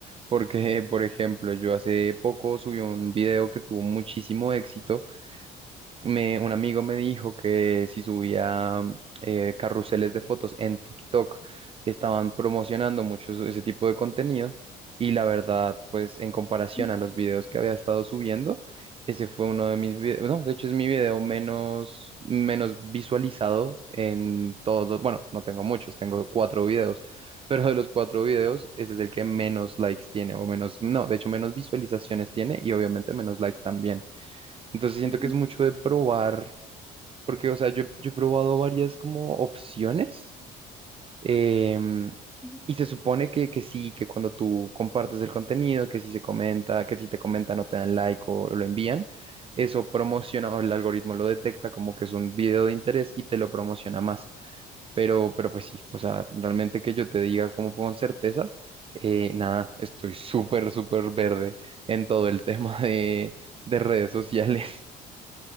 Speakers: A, on the right; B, in the centre.
A: Porque, por ejemplo, yo hace poco subí un video que tuvo muchísimo éxito me, un amigo me dijo que si subía mm, eh, carruseles de fotos en TikTok, estaban promocionando mucho eso- ese tipo de contenido y la verdad, pues en comparación
B: Ujú,
A: a los videos que había estado subiendo, ese fue uno de mis videos, no, de hecho es mi video menos, menos visualizado en todos los, bueno, no tengo muchos, tengo cuatro videos. Pero de los cuatro videos, ese es el que menos likes tiene, o menos, no, de hecho menos visualizaciones tiene y obviamente menos likes también. Entonces siento
B: ujú,
A: que es mucho de probar, porque, o sea, yo, yo he probado varias como opciones em,
B: ujú.
A: y se supone que, que sí, que cuando tú compartes el contenido, que si se comenta, que si te comentan o te dan like o lo envían, eso promociona o el algoritmo lo detecta como que es un video de interés y te lo promociona más. Pero, pero pues sí, o sea, realmente que yo te diga como con certeza, eh, nada, estoy súper, súper verde en todo el <laughs> tema de, de redes sociales.